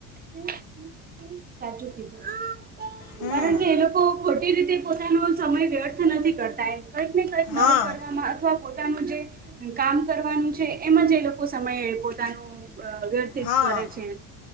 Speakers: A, on the right; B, on the left.
A: સાચું કીધું
B: હમ
A: કારણ કે એ લોકો ખોટી રીતે પોતાનો સમય વ્યર્થ નથી કરતા એમ કંઈક ને કંઈક
B: હા
A: નવું કરવામાં અથ પોતાનું જે કામ કરવાનું છે એમાં જે લોકો સમયે પોતાનું અ વ્યતીત
B: હા
A: કરે છે.